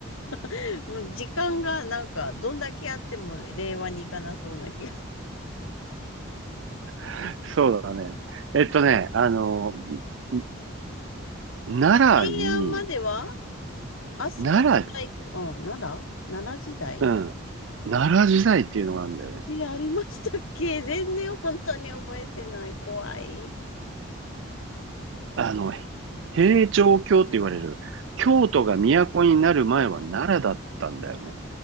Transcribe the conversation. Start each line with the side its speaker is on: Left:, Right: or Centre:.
Left: <laughs> もう時間がなんか、どんだけあっても令和に行かなそうな気が。
Right: <laughs> そうだね。えっとね、あの、ん奈良に、
Left: 平安までは飛鳥時代か、
Right: 奈良、
Left: うん、奈良奈良時代
Right: うん。奈良時代っていうのがあるんだよね。
Left: え、ありましたっけ全然本当に覚えてない。怖い。
Right: あの、平城京って言われる、京都が都になる前は奈良だったんだよね。
Left: うん